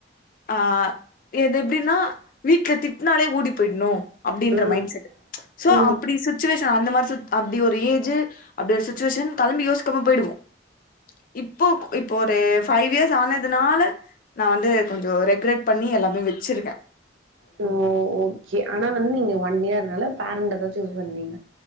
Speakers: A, on the left; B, on the right.
A: ஆ எது எப்டின்னா வீட்ல திட்னாலே ஓடி போய்ட்ணு அப்டின்ற
B: ம்
A: மைண்ட் செட் சோ
B: ம்
A: அப்டி சுச்சுவேஷ அந்தமாரி சு அப்டி ஒரு ஏஜி அப்டி ஒரு சுச்சுவேஷன் களம்பி யோசிக்காம போய்டுவோ இப்போ இப்போ ஒரு ஃபைவ் இயர்ஸ் ஆனதுனால நா வந்து கொஞ்சோ ரெக்ரேட் பண்ணி எல்லாமே வச்சிருக்க
B: சோ ஓக்கே ஆனா வந்து நீங்க ஒன் இயர்னால பேரண்ட்டதா சூஸ் பண்ணுவீங்க